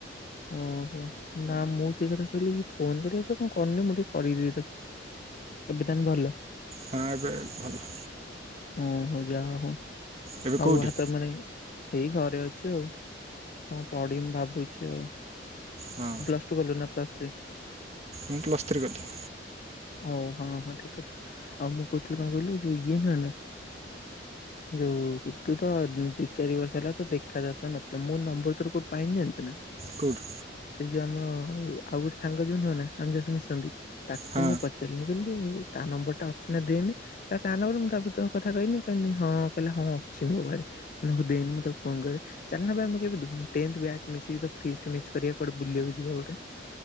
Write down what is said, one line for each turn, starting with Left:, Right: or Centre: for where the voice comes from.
Left: ଓହୋ ନା ମୁଁ ସେଇ କଥା କହିଲି କି ଫୋନ କରି ଆଛ କଣ କନି ମୁଁ ଟିକେ କରିଦେବି ତାକୁ ଏବେ ତାନେ ଭଲ।
Right: ହଁ ଏବେ ଭଲ।
Left: ଓ ହଉ ଯାହା ହଉ
Right: ଏବେ
Left: ଆଉ
Right: କେଉଁଠି
Left: ତ ମାନେ ଏଇ ଘରେ ଅଛି ଆଉ କଣ ପଢିମି ଭାବୁଛି ଆଉ।
Right: ହଁ
Left: ପ୍ଲସ ଟୁ କଲୁ ନା ପ୍ଲସ୍ ଥ୍ରୀ?
Right: ମୁଁ ପ୍ଲସ୍ ଥ୍ରୀ ଗଲି।
Left: ଓ ହଁ ହଁ ଠିକ ଅଥା ଆଉ ମୁଁ କହୁଥିଲି କଣ କହିଲୁ ଯୋଉ ଇଏ ନହେଲେ ଯୋଉ ତୁ ତ ଦି ଚାରି ବର୍ଷ ହେଲା ତ ଦେଖା ଦରଶା ନଥିଲା ମୁଁ ନମ୍ବର ତୋର କୋଉଠି ପାଇନି ଜାଣିଛୁ ନା
Right: କେଉଁଠୁ
Left: ସେ ଯୋଉ ଆମ ଆଉ ଗୋଟେ ସାଙ୍ଗ ଯୋଉ ନୁହ ନା ଆମେ ମିଶନ୍ତି। ତାକୁ
Right: ହଁ
Left: ମୁଁ ପଚାରିଲି ମୁି କହିଲି ତା ନମ୍ବର ଟା ଅଛି ନା ଦେନି କଇଲା କା ନମ୍ବର ମୁଁ ତା ପରେ ତୋ କଥା କଇନି କଇନି କହିଲା ହଁ ଅଛି ମୋ ପାଖରେ। ମୁଁ ଆଗ ଦେଏନି ମୁଁ ତାକୁ ଫୋନ କରେ ଚାଲୁନ ବେ ଆମେ କେବେ ଟେନ୍ଥ ବ୍ୟାଚ୍ ମିଶିକି ସବୁ ଫିଷ୍ଟ୍। ଷ୍ଟ ମିଷ୍ଟ କରିବା କୁଆଡେ ବୁଲିବାକୁ ଯିବା ଗୋଟେ।